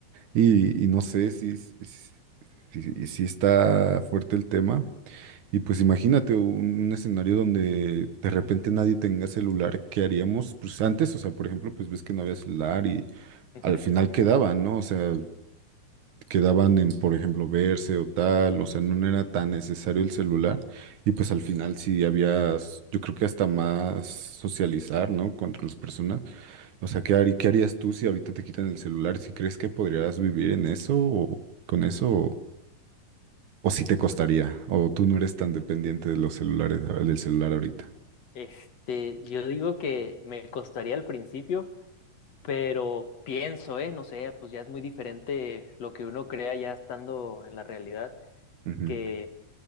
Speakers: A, on the right; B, on the left.
A: Y, y no sé si, si, si- si si está fuerte el tema. Y pues imagínate un, un escenario donde de repente nadie tenga celular, ¿qué haríamos? Pues antes, o sea, por ejemplo, pues ves que no había celular y
B: ujú,
A: al final quedaban, ¿no? O sea, quedaban en, por ejemplo, verse o tal, o sea, no era tan necesario el celular y pues al final sí había, s- yo creo que hasta más socializar, ¿no? Con las personas. O sea, ¿qué harí- qué harías tú si ahorita te quitan el celular? ¿Si crees que podrías vivir en eso o con eso? O si te costaría,
B: pues,
A: o tú no eres tan dependiente de los celulares, a- del celular ahorita.
B: este, yo digo que me costaría al principio, pero pienso, eh, no sé, pues ya es muy diferente lo que uno crea ya estando en la realidad.
A: Ujú,
B: que,